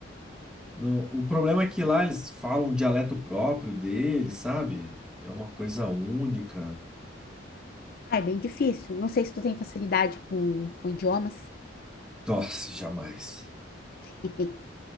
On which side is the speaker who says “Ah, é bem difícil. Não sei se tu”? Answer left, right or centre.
Left